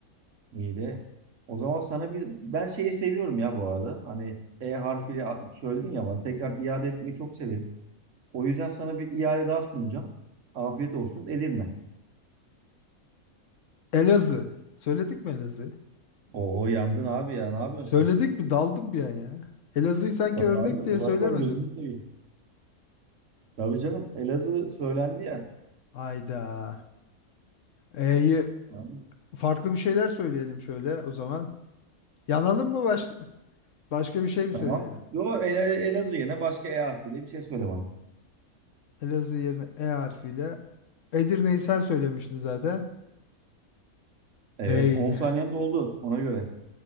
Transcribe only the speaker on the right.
Niğde. O zaman sana bir... Ben şeyi seviyorum ya bu arada. Hani E harfiyle a- söyledin ya bana. Tekrar iade etmeyi çok severim. O yüzden sana bir iade daha sunacağım. Afiyet olsun. Edirne.
Oho yandın abi ya. Ne yapıyorsun
sen?
Tabii
abi. Olaklan
gözünü seveyim. Tabii canım. Elazığ söylendi ya.
Abi,
Tamam.
Yo El Elazığ yerine başka E harfiyle bir şey söyle bana.
Evet.
on saniyen doldu ona göre.